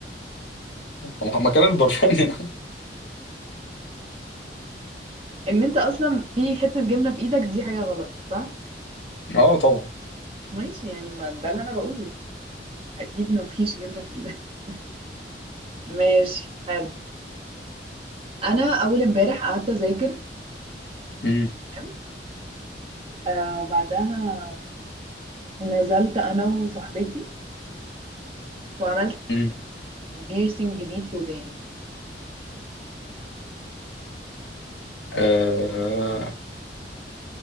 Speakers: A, on the left; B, on the right.
A: مكان البرفان <laughs>
B: ان انت اصلا في حتة جبنة في ايدك دي حاجة غلط صح
A: اه طبعا
B: ماشي يعني ما ده اللي انا بقوله اكيد ما فيش جبنة في ايدك <laughs> ماشي حلو انا اول امبارح قعدت اذاكر
A: امم
B: تمام؟ آه بعدها نزلت انا وصاحبتي وعملت
A: امم
B: بيرسينج جديد في وداني
A: آه